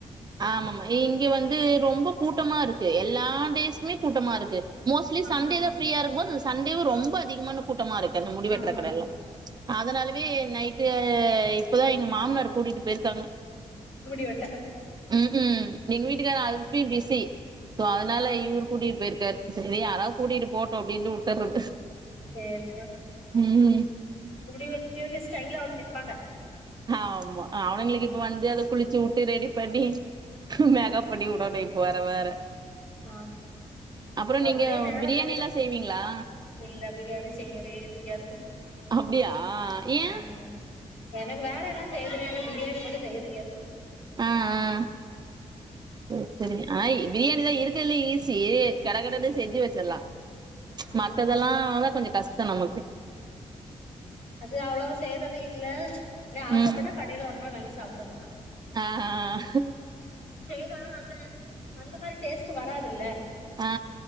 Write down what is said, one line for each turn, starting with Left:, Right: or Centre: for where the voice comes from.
Right: ஆமாமா இங்க வந்து ரொம்ப கூட்டமா இருக்கு எல்லா டேஸுமே கூட்டமா இருக்கு மோஸ்லி
Left: ஆ
Right: சண்டேதா
Left: ஆ
Right: ஃபிரீயா இரு போதுஸ் சண்டேவு ரொம்ப அதிகமான கூட்டமா இருக் க்கு அந்த முடி வெட்டற
Left: ஆமா
Right: கடயெல்லா
Left: ஆமா
Right: அதனாலவே நைட்டு இப்பதா எங்க மாமனார் கூட்டிட்டு போயிருக்காங்க
Left: முடி வெட்ட
Right: ம் ம் நீங்க வீட்டுக்கார அழுப்பி பிசி சோ அதனால
Left: ஆ
Right: இவ்ர் கூட்டிட்டு போயிருக்கார் சேரி யாராது கூட்டிட்டு போட்டோ அப்பிடின்னுட்டு விட்டர்றது
Left: சேர் சே
Right: ம்
Left: முடி வெ டியோட்டு ஸ்டைலா வந்து நிப்பாங்க
Right: ஆ ஆமா ஆ அவனுங்களுக்கு
Left: ம்
Right: இப்ப வந்து அத குளிச்சு ட்டு ரெடி பண்ணி மேகப் பண்ணிவுடன்னுப்வ இவ வேற
Left: ஆ
Right: அப்புறோ
Left: அபுதுரே
Right: நீங்க
Left: நேரோ
Right: பிரியாணில்லா
Left: போயிரு
Right: செய்வீங்களா
Left: இல்ல பிரியாணி செய்யாவே தெரியாது
Right: அப்டியா ஏன்
Left: ஆ எனக்கு வேற என்ன செய்ய தெரியு பிரியாணி மட்டு செய்ய தெரியாது
Right: ஆஆ சே -சேரி ஆ பிரியாணிதா இருக்குல் ஈஸி கடக்கடனு செஞ்சிவச்சரலா
Left: ஆ
Right: மத்ததெல்லா <unintelligible> கொஞ்சோ கஷ் த்த நமக்கு
Left: அது அவ்ளவா செய்யறது இல்ல எதோ ஆசப்பட்டா
Right: ம்
Left: கடைல ஒரு நாள் வாங்கி சாப் ட்றது
Right: ஆ ஆ
Left: றது ஆனா அந்த அந்த மாரி டேஸ்ட் ச்சு வராதில்ல
Right: ஆ ஆ